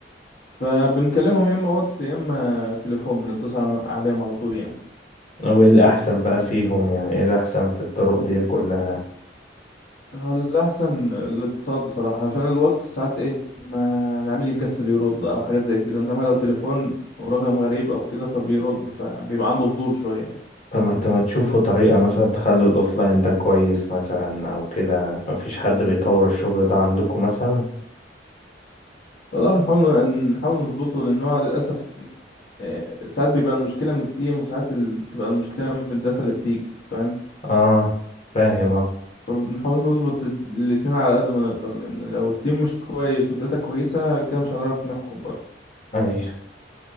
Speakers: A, on the left (about 60°); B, on the left (about 40°).
A: فبنكلمهم يا اما واتس يا اما تليفون بنتصل عليهم على طول يعني
B: وايه الاحسن بقى فيهم يعني ايه الاحسن في الطرق دي كلها
A: هو الأحسن الاتصال بصراحة عشان الواتس ساعات ايه ما العميل يكسل يرد أو حاجات زي كده إنما لو تليفون ورقم غريب أو كده فبيرد فبيبقى عنده فضول شوية يعني
B: طب ما انتوا ما تشوفوا طريقة مثلا تخلوا الأوفلاين ده كويس مثلا أو كده مفيش حد بيطور الشغل ده عندكم مثلا
A: والله بنحاول نحاول نظبطه لأن هو للأسف آه، ساعات بيبقى المشكلة من التيم وساعات ال- بتبقى المشكلة من الداتا اللي بتيجي فاهم
B: اه فاهم اه
A: فبنحاول نظبط ال- الاتنين على قد ما نقدر لأن لو التيم مش كويس والداتا كويسة كده مش هنعرف نحكم برضه
B: أيوة